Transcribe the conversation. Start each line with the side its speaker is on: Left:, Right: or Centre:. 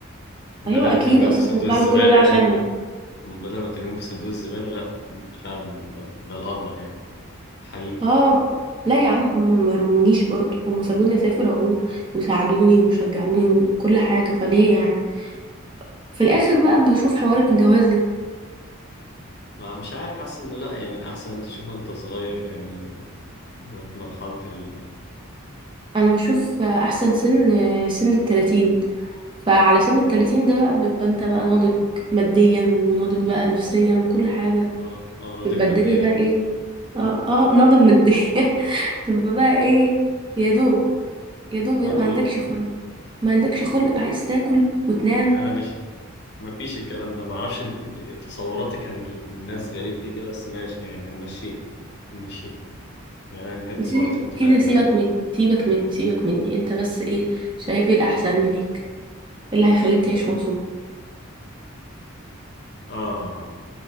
Left: بدل
Right: ايوه
Left: ما
Right: اكيد
Left: ترميهم
Right: اصلا
Left: في صندوق
Right: أنا بعمل
Left: الزبالة
Right: كل ده
Left: يعني
Right: عشانهم
Left: بدل ما ترميهم في صندوق الزبالة لا فعلا ده, ده الأفضل يعني حقيقي
Right: اه لا يا عم هم ما رمونيش برضه هم سابوني اسافر اهو وساعدوني وشجعوني وكل حاجه فليه يعني في الاخر بقى بشوف حوار الجواز ده
Left: ما مش عارف حاسس انه لا يعني الأحسن انت تشوف انت صغير يعني في مرحلة ال
Right: انا بشوف احسن سن سن التلاتين فعلى سن التلاتين ده بقى بتبقى انت بقى ناضج ماديا وناضج بقى نفسيا وكل حاجه
Left: اه اه ناضج
Right: بتبقى الدنيا
Left: ماديا
Right: بقى ايه
Left: اه
Right: اه اه ناضج ماديا <laughs> تبقى بقى ايه يا دوب يا دوب
Left: يا
Right: يا- ما
Left: دوب
Right: عندكش خلق ما عندكش خلق عايز تاكل وتنام
Left: انا مش ما فيش الكلام ده ما اعرفش انت- تصوراتك عن ال- الناس غريب ليه كده بس ماشي يعني هنمشيها هنمشيها يعني أنا يمكن
Right: يا
Left: تصوراتي
Right: سيدي
Left: مختلفة
Right: سيدي سيبك مني سيبك مني سيبك مني انت بس ايه شايف ايه الاحسن ليك ايه اللي هيخليك
Left: والله
Right: تعيش مبسوط
Left: آه